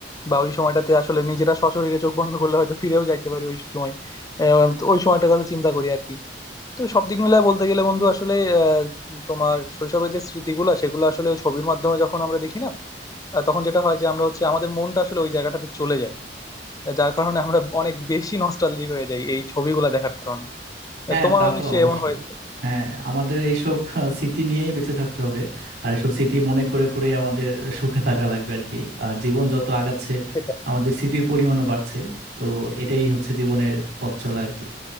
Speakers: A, on the left; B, on the right.
A: বা ওই সময়টাতে আসলে নিজেরা সশরীরে চোখ বন্ধ করলে হয়তো ফিরেও যাইতে পারি ওই সময় আহ, তো ওই সময়টার কথা চিন্তা করি আর কি তো সব দিক মিলায় বলতে গেলে বন্ধু আসলে আহ, তোমার শৈশবের যে স্মৃতিগুলো সেগুলো আসলে ওই ছবির মাধ্যমে যখন আমরা দেখি না আহ, তখন যেটা হয় যে আমরা হচ্ছে আমাদের মনটা আসলে ওই জায়গাটাতে চলে যায় যার কারণে আমরা অনেক বেশি নস্টালজিক হয়ে যাই এই ছবিগুলা দেখার কারণে
B: হ্যাঁ
A: তোমারও
B: তা তো
A: নিশ্চয়ই
B: অবশ্যই
A: এমন হয়েছে
B: হ্যাঁ আমাদের এইসব আহ, স্মৃতি নিয়েই বেঁচে থাকতে হবে আর এইসব স্মৃতি মনে করে করে আমাদের সুখে থাকা লাগবে আর কি আর জীবন যত আগাচ্ছে
A: সেটাই
B: আমাদের স্মৃতির পরিমাণও বাড়ছে তো এটাই হচ্ছে জীবনের পথ চলা আর কি